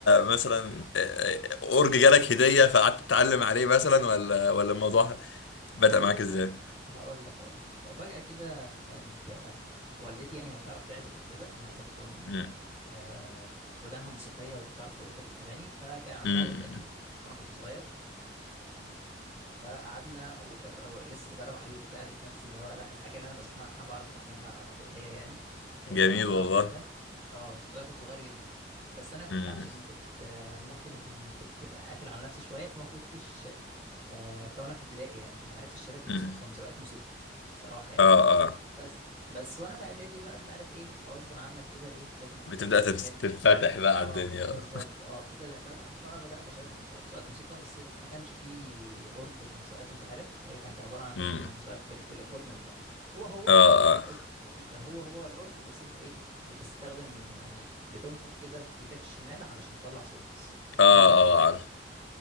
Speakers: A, on the left (about 80°); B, on the right (about 30°).
A: مثلا آه، آه، اورج جالك هدية فقعدت تتعلم عليه مثلا ولا ولا الموضوع بدأ
B: والله
A: معاك ازاي؟
B: فجأة هقول لك هقول لك فجأة كده كانت آه، والدتي يعني هي بتعرف تعزف وكده آه، برضو من
A: مم.
B: آه، ودانها موسيقية وبتعرف تلقط الأغاني فكان عندها
A: مم.
B: أورج قديم وأنا كنت صغير فقعدنا وجر... لسه بجرب عليه وبتاع لقيت نفسي اللي هو لا الحاجة اللي أنا بسمعها بعرف أعملها على بإيديا يعني وأطلع
A: جميل
B: النغمة
A: والله
B: بتاعتها اه ده كنت صغير جدا بس أنا كنت
A: امم
B: عشان كنت آه، ممكن أكون كنت قافل على نفسي شوية فما كنتش آه، فانا في ابتدائي يعني ما عرفتش اشارك في
A: امم
B: مس- في مسابقات موسيقى صراحه يعني
A: اه اه
B: بس بس وانا في اعدادي بقى انت عارف ايه غصب عنك كده ايه لازم تحتك
A: بتبدأ
B: بالحاجات
A: تت-
B: دي
A: تتفتح بقى
B: اه
A: على الدنيا
B: بالظبط اه بتبدا تنفتح فبدات اشارك في مسابقات موسيقى بس ما كانش فيه اورج في المسابقات انت عارف هي كانت عباره عن
A: امم
B: مسابقات بال... بالاكورديون بقى هو هو
A: اه
B: يعني
A: اه
B: الأورج- الاكورديون ده هو هو الاورج بس انت ايه بتستخدم يعني بتنفخ كده في بايدك الشمال علشان تطلع صوت بس
A: اه
B: ومش بالكهرباء
A: اه عارف